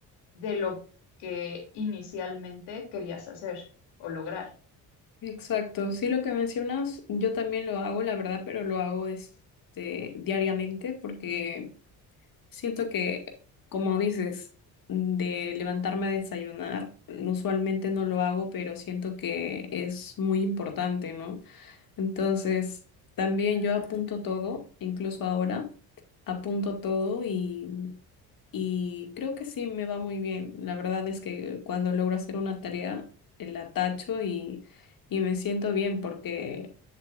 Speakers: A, on the left; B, on the left.
A: de lo que inicialmente querías hacer o lograr.
B: exacto, sí, lo que mencionas, yo también lo hago, la verdad, pero lo hago este, diariamente porque Siento que, como dices, de levantarme a desayunar, usualmente no lo hago, pero siento que es muy importante, ¿no? Entonces, también yo apunto todo, incluso ahora, apunto todo y, y creo que sí me va muy bien. La verdad es que cuando logro hacer una tarea, eh, la tacho y, y me siento bien porque